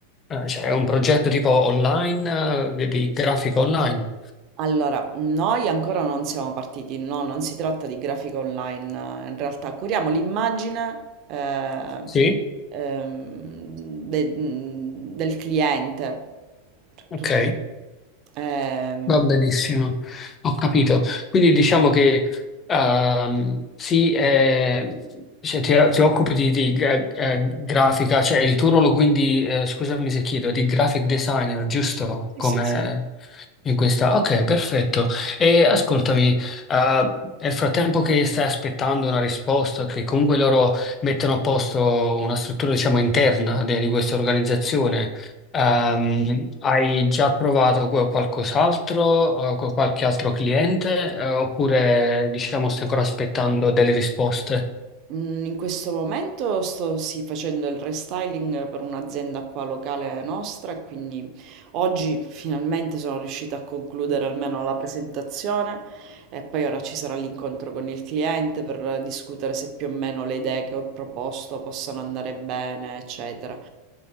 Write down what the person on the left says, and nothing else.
eh, cioè è un progetto tipo online, eh, di grafica online?
Sì?
Ok,
va benissimo, ho capito. Quindi diciamo che ehm, sì, eh, cioè, ti, ti occupi di, di, eh, eh, grafica, cioè il tuo ruolo quindi, eh, scusami se chiedo, è di graphic designer, giusto?
Come...
In questa, ok, perfetto. E ascoltami, eh, nel frattempo che stai aspettando una risposta, che comunque loro mettono a posto una struttura, diciamo, interna de- di questa organizzazione, ehm, hai già provato que- qualcos'altro, eh, con qualche altro cliente, eh, oppure, diciamo, stai ancora aspettando delle risposte?